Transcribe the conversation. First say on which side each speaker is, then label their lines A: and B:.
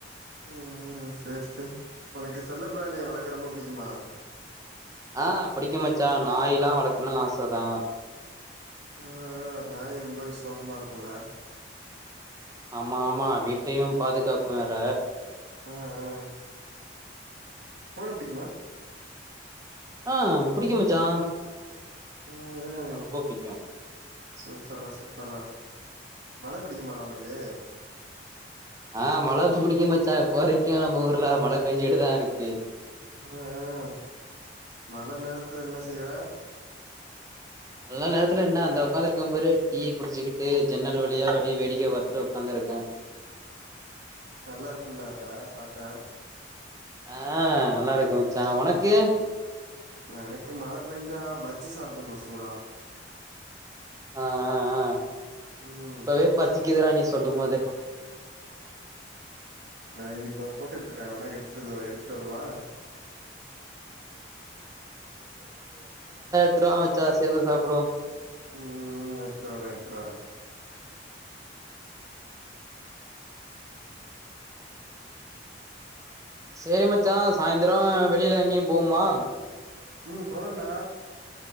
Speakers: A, on the right; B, on the right.
A: ம் செரி செரி உனக்கு செல்ல பிராணிய வழக்க ரொம்ப பிடிக்குமா
B: ஆ புடிக்கும் மச்சா நாய் எல்லா வளர்க்கணும் ஆசை தா
A: ஆ நாய் ரொம்ப விசுவாசமா இருக்கும்ல
B: ஆமா ஆமா வீட்டையும் பாதுகாக்கும் வேற
A: ஆ ஆ பூனை பிடிக்குமா
B: ஆ புடிக்கும் மச்சா
A: ம் ம்
B: புடிக்கு ரொம்ப புடிக்கு
A: சூப்பர்ரா சூப்பர்ரா மழை பிடிக்குமடா உனக்கு
B: ஆ மழை புடிக்கும் மச்சா இப்போ வரைக்கும் நம்ம ஊர்ல மழை பேஞ்சீட்டு தா இருக்கு
A: அ அ மழை நேரத்துல என்ன செய்வ
B: மழை நேரத்துல என்ன இந்தா உக்காந்துருக்கே பாரு டீ குடிச்சுக்கிட்டு ஜன்னல் வழியா அப்டியே வேடிக்கை பாத்துட்டு உக்காந்து இருக்கேன்
A: நல்லா இருக்கும்ல அப்ப பாக்க
B: ஆ நல்லா இருக்கும் மச்சா உனக்கு
A: எனக்கு மழை பெஞ்சா பஜ்ஜி சாப்பிடணும் சூடா
B: அ அ அ
A: ம்
B: இப்பவே பசிக்குதுடா நீ சொல்லுமோதே
A: நா இங்கப்ப போட்டுட்டு இருக்கே வேணா எடுத்துற்வரவா எடுத்துட்டு வரவா
B: ட்த்தா வா மச்சா சேர்ந்து சாப்புடுவோ
A: ம் ம் எடுத்துட்டுவறே எடுத்துட்டுவறே
B: சேரி மச்சா சாயந்திரு வெளியில எங்கியு போவோமா
A: ம் போலாண்டா